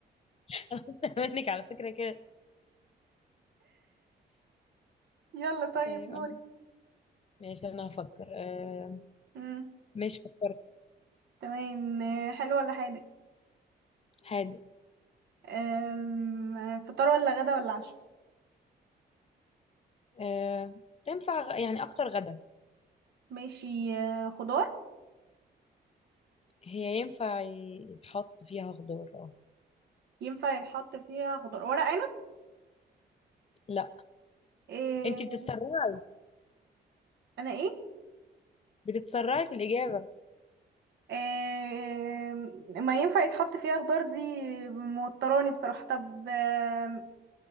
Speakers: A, on the left; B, on the right.
A: <laughs> انا أكتر منك على فكرة كده
B: يلا طيب
A: طيب
B: دوري
A: أنا- ماشي انا هفكر آه
B: مم.
A: مش فكرت
B: تمام آه حلو ولا حادق
A: هادئ
B: آم، فطار ولا غدا ولا عشاء
A: آه تنفع غ- يعني اكتر غدا
B: ماشي آه خضار
A: هي ينفع يتحط فيها خضار اه
B: ينفع يتحط فيها خضار ورق عنب
A: لا
B: آه
A: انت بتتسرعي
B: انا ايه
A: بتتسرعي في الإجابة
B: آم، ما ينفع يتحط فيها خضار دي موتراني بصراحة طب آم،